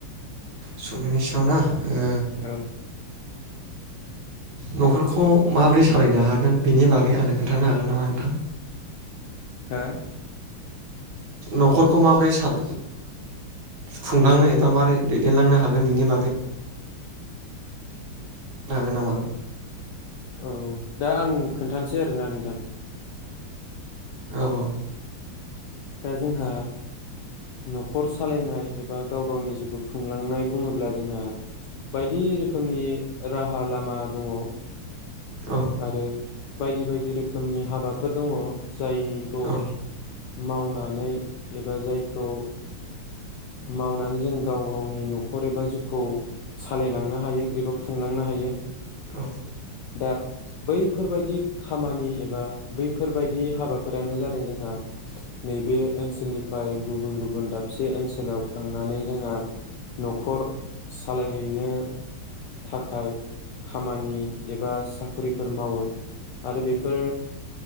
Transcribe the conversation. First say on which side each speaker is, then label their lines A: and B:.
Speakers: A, on the right; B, on the left.
A: संनायनि सायाव ना ए
B: औ
A: न'खरखौ माबोरै सालायनो हागोन बेनि बागै आंनो खोन्थानो हागोन नामा नोंथां?
B: हा
A: न'खरखौ माबोरै साल खुंलांनो एबा माबोरै दैदेनलांनो हागोन बिनि बागै हागोन नामा?
B: ओ औ दा आं खोन्थानोसै आरोना नोंथां
A: ओव औ
B: दा जोंहा न'खर सालायनाय एबा गाव गावनि जिउखौ खुंलांनाय बुङोब्ला जोंहा बायदि रोखोमनि राहा लामा दङ
A: औ
B: आरो बायदि बायदि रोखोमनि हाबाफोर दङ। जायिखौ
A: औ
B: मावनानै एबा जायखौ मावनानै जों गाव गावनि न'खर एबा जिउखौ सालायलांनो हायो एबा खुंलांनो हायो।
A: ओ <unintelligible>
B: दा बैफोरबायदि खामानि एबा बैफोरबायदि हाबाफोरानो जादों जोंहा नैबे ओनसोलनिफ्राय गुबुन गुबुन दाबसे ओनसो गोलाव थांनानै जोंहा न'खर सालायहैनो थाखाय खामानि एबा साखरिफोर मावो आरो बेफोर